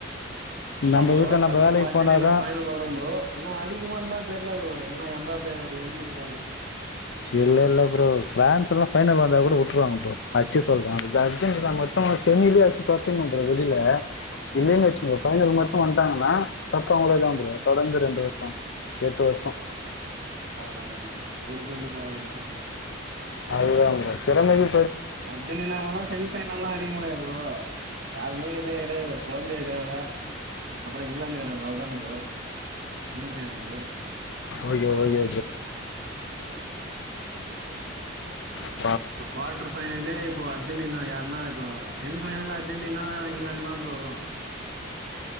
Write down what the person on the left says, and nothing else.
நம்ம
வீட்ல நம்ம
வேலைக்கு
போனாதா
இல்ல இல்ல ப்ரோ ஃபிரான்ஸ் எல்லா ஃபைனல் வந்தா கூட வுட்டுருவாங்க ப்ரோ அச்சு சொல்றேன் அ அந்த அர்ஜென்டினா மட்டு செமிலேயே அச்சு தொரத்திணு ப்ரோ வெளில இல்லலைன்னு வச்சுங்க ஃபைனல் மட்டும் வந்துட்டாங்கன்னா கப்பு அவுங்களுக்கு தா ப்ரோ தொடர்ந்து ரெண்டு வருஷொ எட்டு வருஷொ
அது அவுங்க திறமயி
ஓக்கே ஓக்கே ப்ரோ